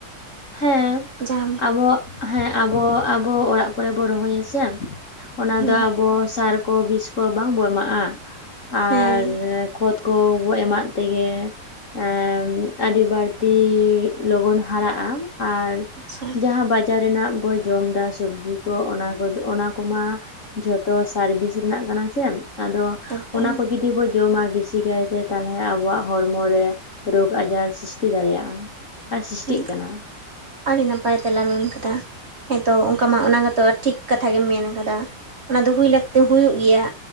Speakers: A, on the left; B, on the right.
A: ᱦᱮᱸ
B: ᱡᱟᱢ
A: ᱟᱵᱚᱣᱟᱜ, ᱦᱮᱸ ᱟᱵᱚ ᱟᱵᱚ ᱟᱲᱟᱜ ᱠᱚᱨᱮ ᱵᱚ ᱨᱚᱦᱚᱭᱟ ᱥᱮ ᱚᱱᱟ
B: ᱦᱩᱸ
A: ᱫᱚ ᱟᱵᱚ ᱥᱟᱨ ᱵᱤᱥ ᱠᱚ ᱵᱟᱝ ᱵᱚ ᱮᱢᱟᱜᱼᱟ ᱟᱨ
B: ᱦᱮᱸ
A: ᱠᱷᱚᱛ ᱠᱚ ᱜᱚᱡ ᱮᱢᱟᱜ ᱛᱮᱜᱮ ᱮᱸᱻ ᱟᱹᱰᱤ ᱵᱟᱹᱲᱛᱤ ᱞᱚᱜᱚᱱ ᱦᱟᱨᱟᱜᱼᱟ ᱟᱨ
B: ᱟᱪᱪᱷᱟ
A: ᱡᱟᱦᱟᱸ ᱵᱟᱲ ᱪᱟ ᱨᱮᱱᱟᱜ ᱵᱚ ᱡᱚᱢ ᱮᱫᱟ ᱥᱚᱵᱽᱡᱤ ᱠᱚ ᱚᱱᱟ ᱠᱚ ᱚᱱᱟ ᱠᱚᱢᱟ ᱡᱷᱚᱛᱚ ᱥᱟᱨᱵᱷᱤᱥ ᱨᱮᱱᱟᱜ ᱠᱟᱱᱟ ᱥᱮ ᱟᱫᱚ
B: ᱮᱠᱫᱚᱢ
A: ᱚᱱᱟ ᱠᱚ ᱡᱩᱫᱤ ᱵᱚ ᱡᱚᱢᱟ ᱵᱤᱥᱤ ᱠᱟᱭᱛᱮ ᱛᱟᱦᱚᱞᱮ ᱟᱵᱚᱣᱟᱜ ᱦᱚᱲᱢᱚᱨᱮ ᱨᱳᱜᱽ ᱟᱡᱟᱨ ᱥᱨᱤᱥᱴᱤ ᱫᱟᱲᱮᱭᱟᱜᱼᱟ ᱟᱨ ᱥᱤᱥᱴᱤᱜ
B: ᱦᱩᱸ
A: ᱠᱟᱱᱟ᱾
B: ᱟᱹᱰᱤ ᱱᱟᱯᱟᱭ ᱛᱮᱞᱟᱢ ᱮᱢ ᱠᱟᱫᱟ <inaudible> ᱦᱮᱸᱛᱚ ᱚᱝᱠᱟ ᱢᱟ ᱚᱱᱟ ᱢᱟᱛᱚ ᱴᱷᱤᱠ᱾ ᱠᱟᱛᱷᱟ ᱜᱮᱢ ᱢᱮᱱ ᱟᱠᱟᱫᱟ ᱚᱱᱟ ᱫᱚ ᱦᱩᱭ ᱞᱟᱹᱠᱛᱤ ᱦᱩᱭᱩᱜ ᱜᱤᱭᱟ᱾ᱟᱨ